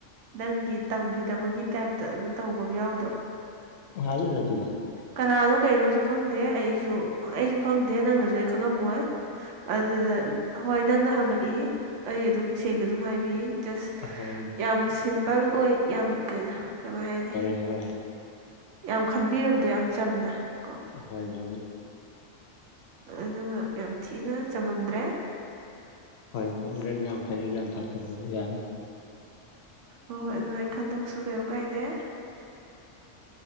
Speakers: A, on the right; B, on the left.
A: ꯅꯪꯒꯤ ꯇꯝꯈꯤꯗꯕꯒꯤ ꯇꯥꯏꯞꯇ ꯑꯗꯨꯅ ꯇꯧꯕ ꯌꯥꯎꯗ꯭ꯔꯣ
B: ꯗꯦ ꯂ ꯍꯥꯏꯇꯗ
A: ꯀꯅꯥꯅꯣ ꯀꯩꯅꯣꯁꯨ ꯈꯪꯗꯦ ꯑꯩꯁꯨ ꯑꯩꯁꯨ ꯈꯪꯗꯦ ꯅꯪꯅꯁꯨ ꯑꯩ ꯈꯪꯉꯝꯃꯣꯏ ꯑꯗꯨꯗ ꯍꯣꯏ ꯅꯪꯅ ꯍꯪꯉꯛꯏ ꯑꯩ ꯑꯗꯨꯝ ꯁꯦꯡꯅ ꯑꯗꯨꯝ ꯍꯥꯏꯕꯤꯌꯦ ꯖꯁ
B: ꯍꯣꯏ
A: ꯌꯥꯝ ꯁꯤꯝꯄꯜ ꯑꯣꯏ ꯌꯥꯝ ꯀꯩꯅ ꯀꯃꯥꯏꯅꯤ
B: ꯣꯏ
A: ꯌꯥꯝ ꯈꯟꯕꯤꯔꯨꯕꯗꯣ ꯌꯥꯝ ꯆꯝꯅ ꯀꯣ
B: ꯍꯣꯏ ꯍꯣꯏ
A: ꯑꯗꯨꯒ ꯌꯥꯝ ꯊꯤꯅ ꯆꯃꯝꯗ꯭ꯔꯦ
B: ꯍꯣꯏ ꯍꯣꯏ ꯑꯗꯨꯗꯤ ꯌꯥꯝ ꯐꯩ ꯌꯥꯝ ꯐꯠꯇꯕꯅꯦ ꯌꯥꯅꯤ
A: ꯍꯣꯏ ꯍꯣꯏ ꯑꯗꯨꯃꯥꯏ ꯈꯟꯗꯣꯛꯁꯨ ꯀꯩꯝ ꯀꯥꯏꯗꯦ